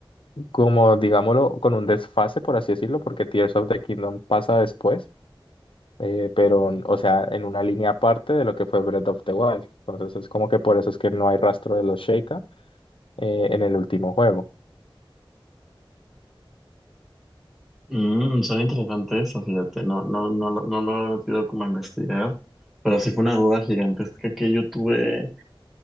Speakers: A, on the left; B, in the centre.
A: como digámoslo, con un desfase, por así decirlo, porque Tears of the Kingdom pasa después, eh, pero o sea, en una línea aparte de lo que fue Breath of the Wild. Entonces es como que por eso es que no hay rastro de los Sheikah eh, en el último juego.
B: Mm, son interesantes eso, fíjate, no, no, no, lo- no, no lo he metido como a investigar, pero sí fue una duda gigantesca que yo tuve.